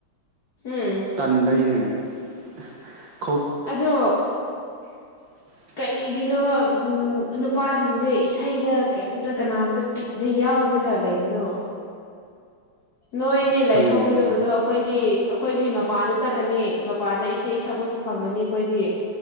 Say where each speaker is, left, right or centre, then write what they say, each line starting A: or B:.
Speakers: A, on the left; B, on the right.
A: ꯎꯝ
B: ꯇꯟꯕꯩꯅꯦ <inaudible>
A: ꯑꯗꯣ
B: <inaudible>
A: ꯀꯩꯒꯤꯅꯣꯕ ꯎ ꯅꯨꯄꯥꯁꯤꯡꯁꯦ ꯏꯁꯩꯗ ꯀꯩꯝꯇ ꯀꯅꯥꯝꯇ ꯅ ꯌꯥꯎꯗꯒ ꯂꯩꯕꯗꯣ ꯅꯣꯏꯅꯦ
B: ꯈꯪꯗꯦꯅꯦ
A: ꯂꯥꯏꯍꯧꯒꯗꯕꯗꯣ꯫ ꯑꯩꯈꯣꯏꯗꯤ ꯑꯩꯈꯣꯏꯗꯤ ꯃꯄꯥꯟꯗ ꯆꯠꯀꯅꯤ ꯃꯄꯥꯟꯗ ꯏꯁꯩ ꯁꯛꯄꯁꯨ ꯐꯪꯒꯅꯤ ꯑꯩꯈꯣꯏꯗꯤ